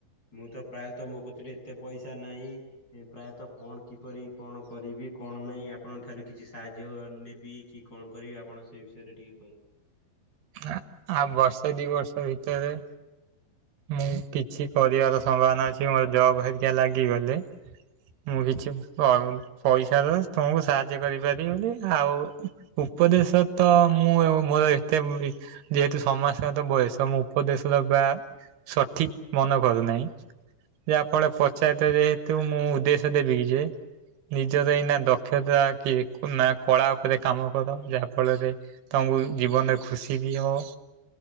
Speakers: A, on the left (about 20°); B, on the right (about 65°).
A: ମୁଁ ତ ପ୍ରାୟତଃ ମୋ କତିରେ ଏତେ ପଇସା ନାହିଁ। ସେ ପ୍ରାୟତଃ କଣ? କିପରି କଣ କରିବି କଣ ନାହିଁ ଆପଣଙ୍କ ଠାରୁ କିଛି ସାହାଯ୍ୟ ନେବି କି କଣ କରିବି ଆପଣ ସେଇ ବିଷୟରେ ଟିକେ କହିଵେ।
B: ଆଁ ଆଉ ବର୍ଷ ଦି ବର୍ଷ ଭିତରେ ମୁଁ କିଛି କରିବାର ସମ୍ଭାବନା ଅଛି। ମୋର ଜବ ହେରିକା ଲାଗିଗଲେ। ମୁଁ କିଛି ପ ପଇସା ତୁମକୁ ସାହାଯ୍ୟ କରିପାରିବିନି ଆଉ ଉପଦେଶ ତ ମୁଁ ଏବ ମୋର ଯେହେତୁ ସମାଜଙ୍କତ ବୟସ ଉପଦେଶ <unintelligible> ଦେବା ସଠିକ ମନ କରୁନାହିଁ। ଯାହା ଫଳରେ ପଚାୟତ ଯେହେତୁ ମୁଁ ଉଦ୍ଦେଶ୍ୟ ଦେବି କି ଯେ ନିଜର ଏଇନା ଦକ୍ଷତା କି ନା କଳା ଉପରେ କାମ କର ଯାହା ଫଳରେ ତମକୁ ଜୀବନରେ ଖୁସି ବି ହବ।